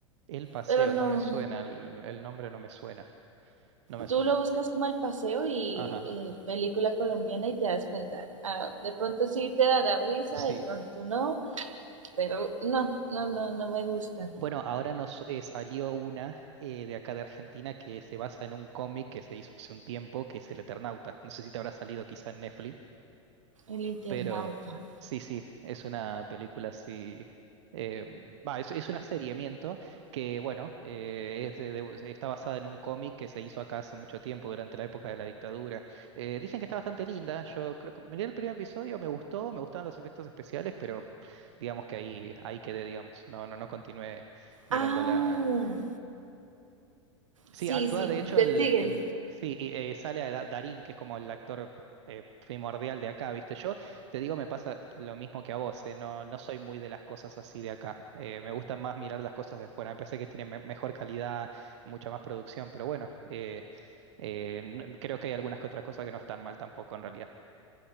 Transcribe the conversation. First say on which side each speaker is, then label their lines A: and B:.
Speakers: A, on the right; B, on the right.
A: El Paseo,
B: pero no,
A: no me suena, el, el nombre no me suena, no me suena.
B: tú lo buscas como el paseo y
A: Ajá,
B: eh, película colombiana y te das cuenta, ah, de pronto sí te dará risa,
A: sí.
B: de pronto no, pero no, no, no, no me gusta
A: Bueno, ahora nos eh, salió una eh, de acá de Argentina que se basa en un cómic que se hizo hace un tiempo, que es El Eternauta. No sé si te habrá salido quizá en Netflix.
B: el internauta.
A: Pero sí, sí, es una película así. eh, va, es, es una serie miento que, bueno, eh, es de- de- está basada en un cómic que se hizo acá hace mucho tiempo, durante la época de la dictadura. Eh, dicen que está bastante linda. Yo creo que miré el primer episodio, me gustó, me gustaron los efectos especiales, pero digamos que ahí, ahí quedé, digamos. No, no, no continué mirándola.
B: Ah,
A: Sí,
B: sí,
A: actúa
B: sí,
A: de hecho el,
B: sigue,
A: el sí, y, eh, sale a Da- Darín, que es como el actor eh, primordial de acá, ¿viste? Yo te digo, me pasa lo mismo que a vos, eh, No, no soy muy de las cosas así de acá. Eh, me gustan más mirar las cosas de afuera. Me parece que tienen me- mejor calidad, mucha más producción, pero bueno, eh, eh, n- creo que hay algunas que otras cosas que no están mal tampoco en realidad.